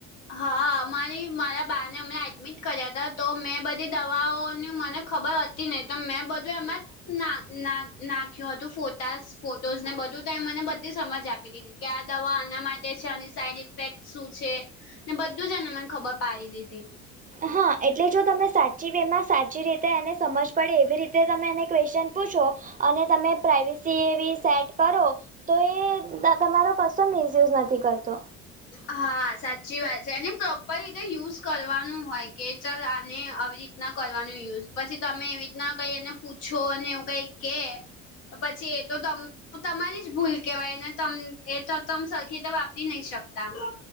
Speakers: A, on the left; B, on the right.
A: હા, અમારી મારા બાને અમે એડમિટ કર્યા હતા, તો મેં બધી દવાઓની મને ખબર હતી. નહી તો, મેં બધું એમાં જ. ના ના, નાખ્યું હતું ફોટાઝ, ફોટોઝ ને બધું તો એ મને બધી સમજ આપી દીધી. કે, આ દવા આના માટે છે, આની સાઈડ ઇફેક્ટ શું છે. ને બધું જ ને, મને ખબર પડી દીધી.
B: હા, એટલે જો તમે સાચી વે માં સાચી રીતે, એને સમજ પડે એવી રીતે તમે એને ક્વેશ્ચન પૂછો. અને તમે. પ્રાઈવેસી એવી સેટ કરો, તો એ તમારો કશો મિસયુઝ નથી કરતો.
A: હા, સાચી વાત છે, એને પ્રોપર રીતે યુઝ કરવાનું હોય કે, ચાલ આને આવી રીતે ના કરવાનું યુઝ, પછી તમે એવી રીતના કઈ એને પૂછો અને એવું કઈ કે. પછી એ તો તમ તો તમારી જ ભૂલ કેહેવાય, એને ત તમ સરખી વાપરી નહી શક કેતા.